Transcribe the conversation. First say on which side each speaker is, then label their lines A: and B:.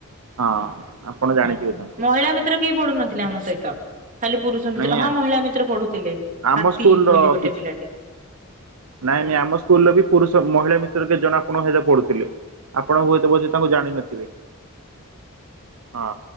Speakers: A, on the right; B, on the right.
A: ହଁ ଆପଣ ଜାଣିଥିବେ
B: ଆଜ୍ଞା,
A: ତାଙ୍କୁ
B: ମହିଳା ମିତ୍ର କେହି ପଢୁନଥିଲେ ଆମ ସହିତ ଖାଲି ପୁରୁଷ ମିତ୍ର
A: ନାଇଁ
B: ହଁ ମହିଳା ମିତ୍ର ପଢୁଥିଲେ
A: ଆମ
B: ହାତୀ
A: ସ୍କୁଲର
B: ବୋଲି ଗୋଟେ
A: କିଛି
B: ପିଲାଟେ
A: ନାଇଁ ନାଇଁ ଆମ ସ୍କୁଲରେ ବି ପୁରୁଷ ମହିଳା କେତେ ଜଣେ ଆପଣ ଙ୍କ ସହ ପଢୁଥିଲେ, ଆପଣ ହୁଏତ ତାଙ୍କୁ ଜାଣିନଥିବେ। ହଁ।